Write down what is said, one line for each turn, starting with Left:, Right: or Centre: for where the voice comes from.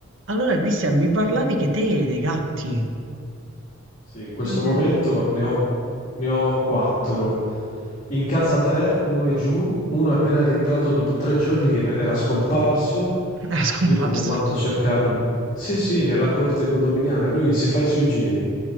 Right: Allora, Cristian, mi parlavi che te e dei gatti.
Left: Sì, in questo
Right: Come
Left: momento ne ho, ne ho quattro. In casa tre, uno è giù, uno è appena rientrato dopo tre giorni che ne- era scomparso
Right: è scomparso?
Left: io come un matto a cercarlo. Sì, sì, nella corte condominiale, lui si fa i suoi giri.